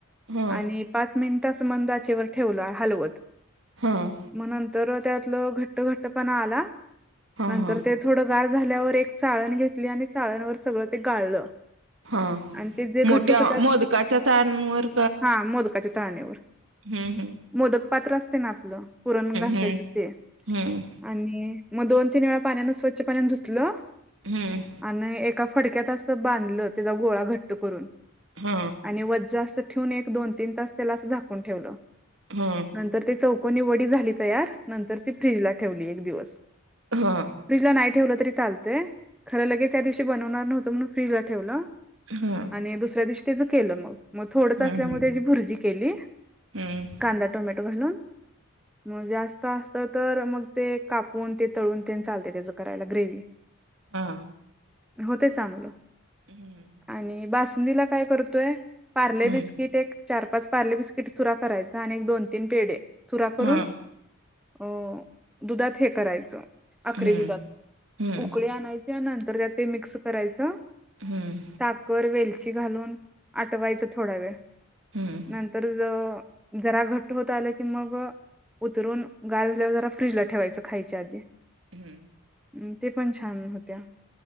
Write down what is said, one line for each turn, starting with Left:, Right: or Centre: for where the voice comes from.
Right: हा.
Centre: आणि पाच मिनिटास मंदाचेवर ठेवल हलवत.
Right: हम्म.
Centre: मग नंतर त्यातलं घट्ट-घट्ट पणा आला
Right: हा
Centre: नंतर थोडं गार झाल्यावर एक चाळण घेतली आणि चाळणवर सगळं ते गाळलं.
Right: हा
Centre: आणि ते जे घट
Right: मोठ्या
Centre: होत त्यात
Right: मोदकाच्या चाळणीवर
Centre: हा मोदकाच्या चाळणीवर.
Right: हम् हम्.
Centre: मोदक पात्र असते ना आपलं पुरण घसायचं
Right: हम्म
Centre: ते
Right: हम्म
Centre: आणि मग दोन तीन वेळा पाण्यानं स्वच्छ पाण्यान धुतलं.
Right: हम्म.
Centre: आणि एका फडक्यात अस बांधलं. त्याचा गोळा घट्ट करून.
Right: हम्म.
Centre: आणि वज्ज असं ठेवून एक, दोन, तीन तास त्याला असं झाकून ठेवलं.
Right: हम्म.
Centre: नंतर ते चौकोनी वडी झाली तयार, नंतर ती फ्रीजला ठेवली एक दिवस.
Right: हम्म.
Centre: फ्रीजला नाही ठेवलं तरी चालतय. खरं लगेच त्या दिवशी बनवणार नव्हतं म्हणून फ्रीजला ठेवलं.
Right: हम्म.
Centre: आणि दुसऱ्या दिवशी त्याचं केलं मग मग थोडच
Right: हम्म
Centre: असल्यामुळे त्याची भुर्जी केली.
Right: हम्म.
Centre: कांदा, टोमॅटो घालून म जास्त असत तर मग ते कापून ते तळून ते चालते त्याच करायला ग्रेवी.
Right: हा.
Centre: हो ते चांगलं
Right: हम्म
Centre: आणि बासुंदीला काय करतोय? पार्ले
Right: हम्म
Centre: बिस्किट एक चार- पाच पार्ले बिस्किट चुरा करायचा आणि एक दोन तीन पेढे चुरा करून
Right: हा
Centre: अ दुधात हे करायचं आकडी
Right: हम्म
Centre: दुधात
Right: हम्म
Centre: उकळी
Right: हम्म
Centre: आणायच. त्यानंतर त्या ते मिक्स करायचं.
Right: हम्म.
Centre: साखर वेलची घालून आटवायचं थोड्या वेळ
Right: हम्म
Centre: नंतर तर जरा घट्ट होत आलं की मग‌ उतरून गाजल्यावर जरा फ्रीजला ठेवायचं खायच्या आधी.
Right: हम्म
Centre: म् ते पण छान होत्या.